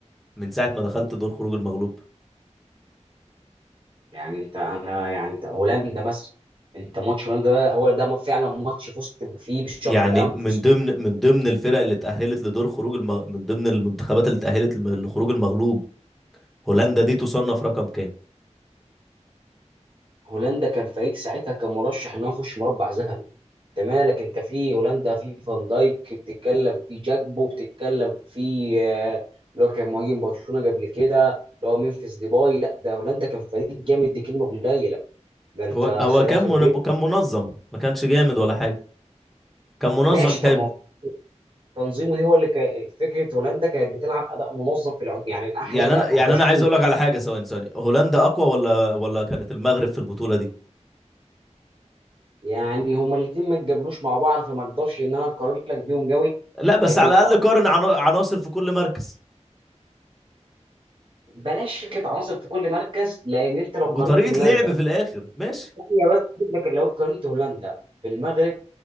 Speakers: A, in the centre; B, on the right.
A: من ساعه ما دخلت دور خروج المغلوب
B: يعني انت انا يعني انت هولندا مثلا انت ماتش هولندا ده هو ده فعلا ماتش فزت فيه بشق
A: يعني
B: الانفس
A: من ضمن من ضمن الفرق اللي اتأهلت لدور خروج المغ... من ضمن المنتخبات اللي اتأهلت لم- لخروج المغلوب هولندا دي تصنف رقم كام
B: هولندا كان فريق ساعتها كان مرشح ان هو يخش مربع ذهبي انت مالك انت في هولندا في فان دايك بتتكلم في جاكبو بتتكلم في آه، اللي هو كان مهاجم برشلونه قبل كده اللي هو ممفيس ديباي لا ده هولندا كان فريق جامد دي كلمه قليله ده انت
A: هو هو
B: خراف
A: كان
B: بيت
A: من... كان منظم ما كانش جامد ولا حاجه كان منظم
B: ماشي طب
A: حلو
B: ما هو تنظيمه دي هو اللي كان فكره هولندا كانت بتلعب اداء منظم في العموم يعني الاحلى
A: يعني
B: لا،
A: انا يعني
B: انا بشوف
A: انا عايز
B: ان
A: اقول لك على حاجه ثواني ثواني هولندا اقوى ولا ولا كانت المغرب في البطوله دي
B: يعني هما الاثنين ما اتقابلوش مع بعض فما اقدرش ان انا اقارن لك بيهم قوي
A: لا بس
B: لكن
A: على
B: آه،
A: الاقل قارن عنا- عناصر في كل مركز
B: بلاش فكره عناصر في كل مركز لان انت لو
A: وطريقه
B: قارنت هولندا
A: لعب في الاخر ماشي
B: هي بس فكرة لو قارنت هولندا بالمغرب